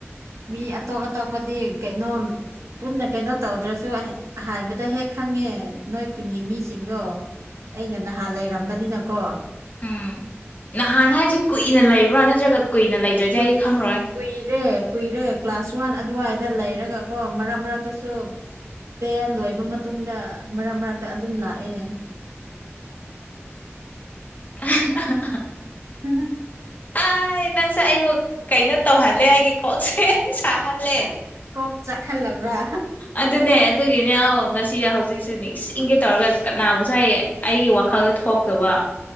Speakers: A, on the right; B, on the left.
A: ꯃꯤ ꯑꯇꯣꯞ ꯑꯇꯣꯞꯄꯗꯤ ꯀꯩꯅꯣꯝ ꯄꯨꯟꯅ ꯀꯩꯅꯣ ꯇꯧꯗ꯭ꯔꯁꯨ ꯍꯥꯏꯕꯗ ꯍꯦꯛ ꯈꯪꯉꯦ ꯅꯣꯏ ꯈꯨꯟꯒꯤ ꯃꯤꯁꯤꯡꯗꯣ ꯑꯩꯅ ꯅꯍꯥꯟ ꯂꯩꯔꯝꯕꯅꯤꯅꯀꯣ
B: ꯎꯝ ꯅꯍꯥꯟ ꯍꯥꯏꯁꯦ ꯀꯨꯏꯅ ꯂꯩꯕ꯭ꯔꯥ ꯅꯠꯇ꯭ꯔꯒ ꯀꯨꯏꯅ ꯂꯩꯇ꯭ꯔꯗꯤ
A: ꯀꯨꯏ
B: ꯑꯩꯗꯤ ꯈꯪꯔꯣꯏ
A: ꯀꯨꯏꯔꯦ ꯀꯨꯏꯔꯦ ꯀ꯭ꯂꯥꯁ ꯋꯥꯟ ꯑꯗꯨꯋꯥꯏꯗ ꯂꯩꯔꯒ ꯀꯣ ꯃꯔꯛ ꯃꯔꯛꯇꯁꯨ ꯇꯦꯟ ꯂꯣꯏꯕ ꯃꯇꯨꯡꯗ ꯃꯔꯛ ꯃꯔꯛꯇ ꯑꯗꯨꯝ ꯂꯥꯛꯑꯦ
B: <unintelligible>
A: ꯎꯝ
B: ꯑꯥꯏ ꯅꯪꯁꯦ ꯑꯩꯕꯨ ꯀꯩꯅꯣ ꯇꯧꯍꯜꯂꯦ ꯑꯩꯒꯤ ꯀꯣꯛꯁꯦ ꯁꯥꯍꯜꯂꯦ
A: ꯀꯣꯛ ꯆꯥꯛꯍꯜꯂꯕ꯭ꯔꯥ
B: ꯑꯗꯨꯅꯦ ꯑꯗꯨꯒꯤꯅꯦ ꯑꯥꯎ ꯉꯁꯤ ꯍꯧꯖꯤꯛꯁꯨꯅꯦ ꯏꯪꯒꯦ ꯇꯧꯔꯒ ꯀꯅꯥꯕꯨꯁꯨ ꯍꯌꯦ ꯑꯩꯒꯤ ꯋꯥꯈꯜꯗ ꯊꯣꯛꯇꯕ